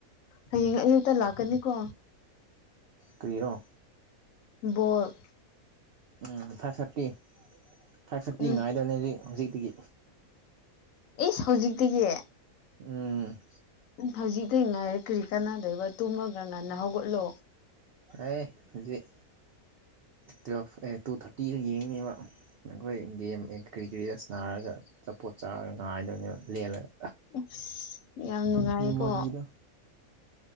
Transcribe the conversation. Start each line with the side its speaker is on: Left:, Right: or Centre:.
Left: ꯍꯌꯦꯡ ꯑꯌꯨꯛꯇ ꯂꯥꯛꯀꯅꯤꯀꯣ
Right: ꯀ꯭ꯔꯤꯔ‌ꯣ
Left: ꯕꫭꯜ
Right: ꯎꯝ ꯐꯥꯏꯚ ꯊꯥꯔꯇꯤ ꯐꯥꯏꯚ ꯊꯥꯔꯇꯤ
Left: ꯎꯝ
Right: ꯉꯥꯏꯗꯕꯅꯦ ꯍꯧꯖꯤꯛ ꯍꯧꯖꯤꯛꯇꯤꯒꯤ
Left: ꯏꯁ ꯍꯧꯖꯤꯛꯇꯤꯒꯤ
Right: ꯎꯝ
Left: ꯍꯧꯖꯤꯛꯇꯩ ꯉꯥꯏꯔ ꯀ꯭ꯔꯤ ꯀꯅꯥꯅꯗꫭꯏꯕ ꯇꯨꯝꯃꯒ ꯉꯟꯅ ꯍꯧꯒꯠꯂꯣ
Right: ꯑꯦ ꯍꯧꯖꯤꯛ ꯇꯨꯌꯦꯞ ꯇꯨ ꯊꯥꯔꯇꯤꯗ ꯌꯦꯡꯅꯦꯕ ꯑꯩꯈꯣꯏ ꯒꯦꯝ ꯑꯦ ꯀꯔꯤ ꯀꯔꯤꫪ ꯅꯥꯟꯅꫪꯒ ꯑꯆꯥꯄꯣꯠ ꯆꯥꯔꯒ ꯉꯥꯏꯗꯣꯏꯅꯦꯕ ꯂꯦꯜꯂꯒ
Left: ꯏꯁ ꯌꯥꯝ ꯅꯨꯡꯉꯥꯏꯀꯣ
Right: ꯃꯦꯃꯣꯔꯤꯗꫭ